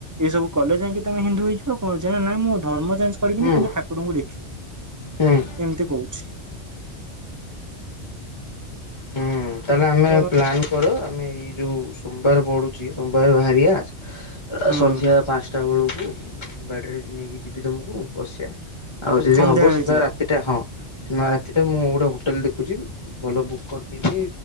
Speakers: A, on the right; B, on the left.
A: ଏସବୁ କଲେ ଯାଇକି ତମେ ହିନ୍ଦୁ ହୋଇଯିବ କଣ ନାଇ ମୁଁ ଧର୍ମ ଚେଞ୍ଜ କରିବିନି
B: ହୁଁ
A: କିନ୍ତୁ ଠା କୁରଙ୍କୁ ଦେଖିବି
B: ହୁଁ।
A: ଏମିତି କହୁଛି।
B: ହୁଁ ତାହେଲେ ଆମେ
A: ତ
B: ପ୍ଲାନ୍ କର ଆମେ ଏଇ ଯୋଉ ସୋମବାର ପଡୁଛି ସୋମବାର ବାହାରିବା ଆ
A: ହୁଁ
B: ସନ୍ଧ୍ୟା ପାଞ୍ଚଟା ବେଳକୁ ମୁଁ ଗାଡିରେ ନେଇକି ଯିବି ତମକୁ ବସିବା ଆଉ ଯଦି
A: ସନ୍ଧ୍ୟାବେଳେ
B: ହବ ସେଦିନ
A: ଯିବା।
B: ରାତି ହଁ ସେ ନ ରାତି ଟା ମୁଁ ଗୋଟେ ହୋଟେଲ ଦେଖୁଛି ଭଲ ବୁକ୍ କରିଦେଇଛିି